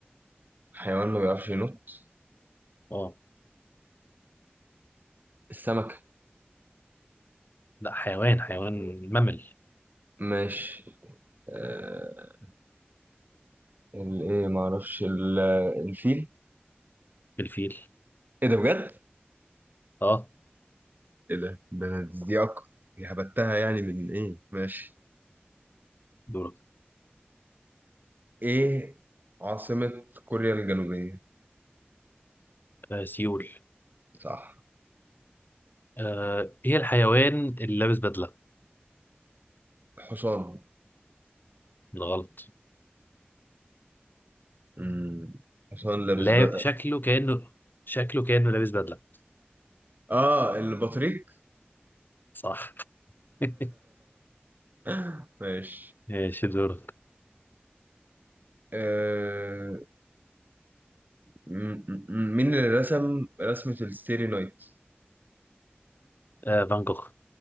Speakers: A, on the right (about 50°); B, on the left (about 55°).
A: حيوان ما بيعرفش ينط
B: اه
A: السمك
B: لا حيوان حيوان ممل
A: ماشي آه... الايه ما اعرفش ال... الفيل
B: الفيل
A: ايه ده بجد؟
B: اه
A: ايه ده؟ ده انا دي أك... دي هبتها يعني من ايه؟ ماشي
B: دورك
A: ايه عاصمة كوريا الجنوبية؟
B: آه سيول
A: صح
B: آه... ايه الحيوان اللي لابس بدلة
A: حصان
B: بالغلط
A: مم. حصان لابس
B: لا
A: بقى
B: شكله كأنه شكله كأنه لابس بدلة
A: اه البطريق
B: صح <laughs>
A: <laughs> ماشي
B: ماشي دورك
A: آه... م- م- مين اللي رسم رسمة الستيري نايت
B: آه فان جوخ